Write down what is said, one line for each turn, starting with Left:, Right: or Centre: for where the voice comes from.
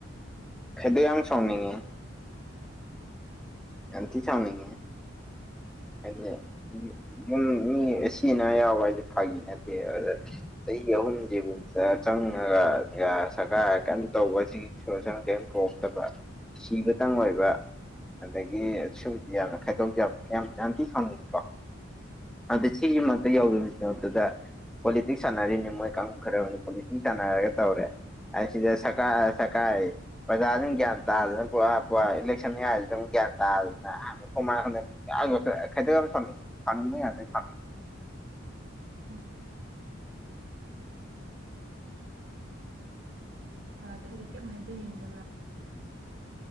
Centre: ꯈꯣꯏꯗꯧ ꯌꯥꯝ ꯁꯥꯎꯅꯤꯡꯉꯤ ꯌꯥꯝꯊꯤ ꯁꯥꯎꯅꯤꯡꯉꯤꯍꯦ ꯍꯥꯏꯗꯤ ꯌꯨꯝ ꯃꯤ ꯑꯁꯤ ꯑꯅꯥ ꯌꯥꯎꯕ ꯍꯥꯏꯁꯦ ꯐꯥꯒꯤ ꯅꯠꯇꯦ ꯑꯗ ꯆꯍꯤ ꯑꯍꯨꯝꯁꯤꯕꯨꯛꯇ ꯆꯪꯉꯒ ꯒꯥ ꯁꯔꯀꯥꯔ ꯀꯩꯝ ꯇꯧꯕꯁꯤꯒꯤ ꯁꯣꯂꯨꯁꯟ ꯀꯔꯤꯝ ꯄꯣꯔꯛꯇꯕ ꯁꯤꯕꯇꯪ ꯑꯣꯏꯕ ꯑꯗꯒꯤ ꯁꯨꯕꯨꯗꯤ ꯌꯥꯝꯅ ꯈꯥꯏꯗꯧꯁꯦ ꯌꯥꯝ ꯀꯌꯥꯝ ꯌꯥꯝꯊꯤ ꯁꯥꯎꯅꯤꯡꯉꯤꯀꯣ ꯑꯗ ꯁꯤꯒꯤ ꯃꯔꯛꯇ <unintelligible> ꯄꯣꯂꯤꯇꯤꯛꯁ ꯁꯥꯟꯅꯔꯤꯅꯦ ꯃꯣꯏ ꯀꯥꯡꯒꯨ ꯈꯔ ꯑꯃꯗꯤ ꯄꯣꯂꯤꯇꯤꯛꯁ ꯁꯥꯟꯅꯔꯒ ꯇꯧꯔꯦ ꯑꯥꯏꯁꯤꯗ ꯁꯔꯀꯥ ꯑꯥ ꯁꯔꯀꯥꯔ ꯑꯥꯏꯌꯦ ꯄ꯭ꯔꯖꯥꯁꯤꯅ ꯒ꯭ꯌꯥꯟ ꯇꯥꯗꯅ ꯄꯨꯔꯥ ꯄꯨꯔꯥ ꯏꯂꯦꯛꯁꯟ ꯃꯌꯥꯁꯤꯗ ꯑꯃꯨꯛ ꯒ꯭ꯌꯥꯟ ꯇꯥꯗꯗꯅ ꯑꯥ ꯃꯊꯣꯡ ꯃꯔꯥꯡ ꯈꯪꯗ <unintelligible> ꯈꯩꯗꯧ ꯌꯥꯝ ꯁꯥꯎꯅꯤꯡꯉꯤ ꯁꯥꯎꯅꯤꯡꯕꯩ ꯉꯥꯛꯇ ꯁꯥꯎꯅꯤꯡ
Right: ꯎꯝ ꯁꯥꯔ ꯑꯇꯩꯗꯤ ꯀꯩꯝ ꯍꯥꯏꯕꯤ ꯅꯤꯡꯗꯕ꯭ꯔꯥ